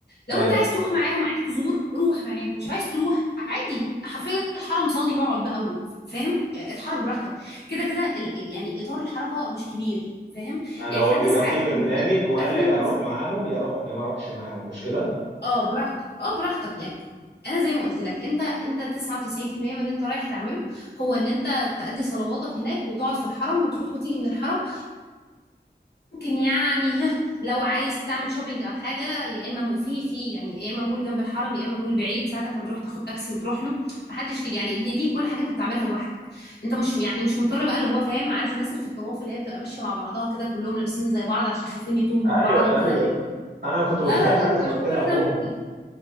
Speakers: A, on the left; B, on the right.
A: لو
B: ايوه
A: انت عايز تروح معاهم عايز تزور روح معاهم مش عايز تروح عادي حرفيا الحرم صلي واقعد بقى و- فاهم آه، اتحرك براحتك كده كده ال- يعني اطار الحركه مش كبير فاهم
B: يعني
A: يعني
B: هو
A: حتى
B: بيبقى
A: ساعات
B: فيه
A: كنت
B: برنامج وانا
A: اهلي
B: يا
A: بنسافر
B: اروح معاهم يا اروح يا ما اروحش معاهم مش كده
A: اه براحتك اه براحتك يعني انا زي ما قلت لك انت انت 99% من اللي انت رايح تعمله هو ان انت تأدي صلواتك هناك وتقعد في الحرم وتروح وتيجي من الحرم ممكن يعني ها لو عايز تعمل شوبينج او حاجه يا اما مو- في في يعني يا اما مول جنب الحرم يا اما مول بعيد ساعتها انت بتروح تاخد تاكسي وتروح له محدش ليه يعني دي, دي كل حاجه انت بتعملها لوحدك انت مش يعني مش مضطر بقى اللي هو فاهم عارف الناس اللي في الطواف اللي هي بتبقى ماشيه مع بعضها كده كلهم لابسين زي بعض عشان خايفين يتوهوا
B: ايوه
A: من بعض وكده
B: ايوه انا كنت متخيل
A: لا لا لا
B: حاجه
A: انت
B: شبه
A: مش
B: كده
A: مضطر
B: عموما
A: تعمل